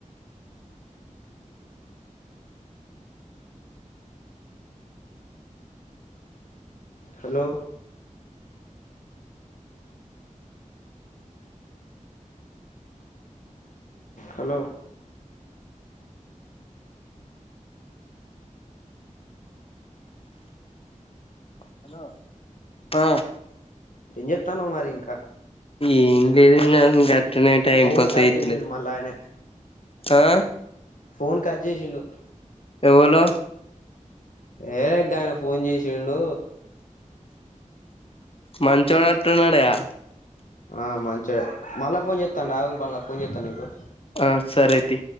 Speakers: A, on the left; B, on the left.
A: హలో హలో
B: హలో ఆ
A: ఏం చేత్తన్నావ్ మరి ఇంకా
B: ఏం లేదులే అట్టనే టైం
A: ఫోన్
B: పాస్
A: కట్
B: అయితలే
A: చేసిండు మళ్ళా ఆయనే
B: ఆ
A: ఫోన్ కట్ చేసిండు
B: ఎవలు
A: ఏ గాయన ఫోన్ చేసిండు
B: మంచోడు అంటున్నాడు గా
A: ఆ మంచోడు మళ్ళా ఫోన్ చేస్తాండు ఆగు మళ్ళ ఫోన్ చేస్తాను నీకు
B: ఆ సరే తీ